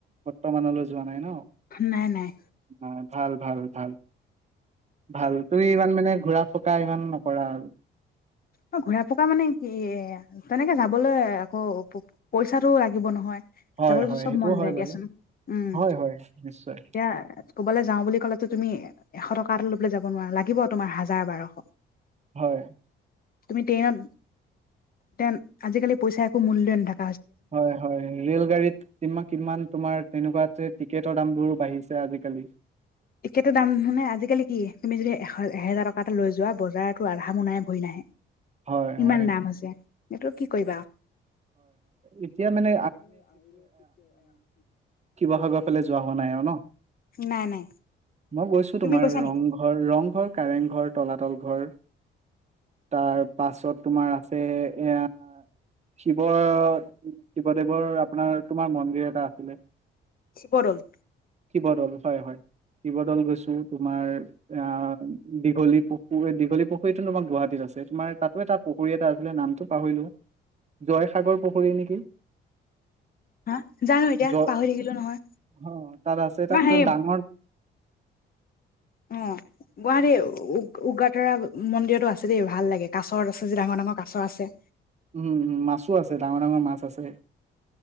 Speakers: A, on the right (about 35°); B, on the left (about 50°).
A: বৰ্তমানলৈ যোৱা নাই ন
B: নাই নাই
A: নাই ভাল ভাল ভাল ভাল তুমি ইমান মানে ঘূৰা ফ ইমান নকৰা আৰু
B: অ ঘূৰা পকা মানে কি এ তেনেকে যাবলৈ আকৌ পইচাটো লাগিব নহয়
A: হয়
B: যাবলৈতো
A: হয়
B: চব
A: সেইটোও
B: মন
A: হয়
B: যায় দিয়াচোন
A: বাৰু
B: উম
A: হয় হয় নিশ্চয়
B: এতিয়া কবালৈ যাও বুলি ক'লে তো তুমি এশ টকা এটা লৈ পেলে যাব নোৱাৰা লাগিব তোমাৰ হাজাৰ বাৰশ
A: হয়
B: তুমি ট্ৰেইনত তে আজিকালি পইচা একো মূল্য নাথাকে
A: হয় হয় ৰেল গাড়ীত কি কিমান তোমাৰ তেনেকুৱা টিকেটৰ দামবোৰো বাঢ়িছে আজিকালি
B: একেটো দাম নু নে আজিকালি কি তুমি যদি এ এহেজাৰ টকা এটা লৈ যোৱা বজাৰতো আধা মোনাই ভৰি নাহে
A: হয়
B: ইমান
A: হয়
B: দাম হৈছে এইটো কি কৰিবা আৰু।
A: এতিয়া মানে কিবৱসাগত যোৱা হোৱা নাই আৰু ন
B: নাই নাই
A: মই গৈছো
B: তুমি
A: তোমাৰ
B: গৈছা নেকি
A: ৰংঘৰ ৰংঘৰ কাৰেং ঘৰ তলাতল ঘৰ তাৰ পাছত তোমাৰ আছে এ শিৱ শিৱদেৱৰ আপোনাৰ তোমাৰ মন্দিৰ এটা আছিলে
B: বৰল
A: শিৱদল হয় হয় শিৱদৌল গৈছো তোমাৰ অ দীঘলী পুখুৰী দীঘলী পুখুৰীটোো তোমাৰ গুৱাহাটীত আছে তোমাৰ তাত এটা পুখুৰী এটা আছিলে নামটো পাহৰিলো জয়সাগৰ পুখুৰী নেকি
B: হা জানো এতিয়া
A: জয়
B: পাহৰি থাকিলো নহয়
A: অ তাত আছে তাত
B: মাৰ হে
A: ডাঙৰ
B: অ গুৱাহাৰী উগ্ৰতাৰা মন্দিৰতো আছে দেই ভাল লাগে কাছত আছে যে ডাঙৰ ডাঙৰ কাছৰ আছে
A: উম উম মাছো আছে ডাঙৰ ডাঙৰ মাছ আছে